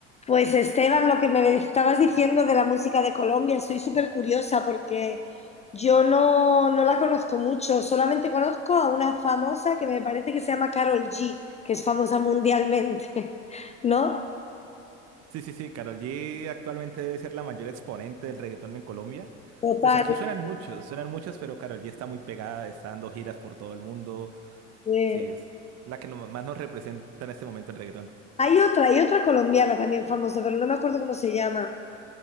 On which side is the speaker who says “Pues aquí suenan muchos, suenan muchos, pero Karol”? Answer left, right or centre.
Right